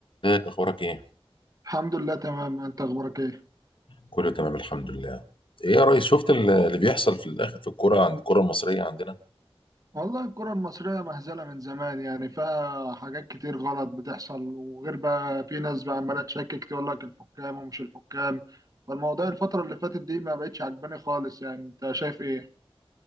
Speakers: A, on the left; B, on the right.
A: ازيك اخبارك ايه
B: الحمد لله تمام انت اخبارك ايه
A: كله تمام الحمد لله ايه يا ريس شفت ال- اللي بيحصل في الاخر في الكوره عند الكوره المصريه عندنا
B: والله الكرة المصرية مهزلة من زمان يعني فيها حاجات كتير غلط بتحصل وغير بقى في ناس بقى عمالة تشكك تقول لك الحكام ومش الحكام فالموضوع الفترة اللي فاتت دي ما بقتش عجباني خالص يعني انت شايف ايه